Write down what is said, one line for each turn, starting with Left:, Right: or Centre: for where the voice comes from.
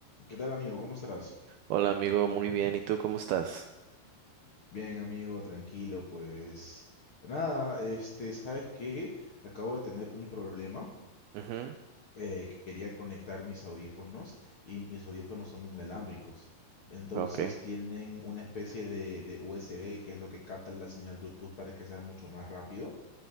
Left: ¿Qué tal, amigo? ¿Cómo estás?
Right: Hola amigo, muy bien. ¿Y tú cómo estás?
Left: Bien, amigo, tranquilo, pues nada, este, ¿sabes qué? Acabo de tener un problema.
Right: Ujú,
Left: eh, que quería conectar mis audífonos y mis audífonos son inalámbricos. Entonces
Right: Ok.
Left: tienen una especie de, de USB que es lo que capta la señal Bluetooth para que sea mucho más rápido.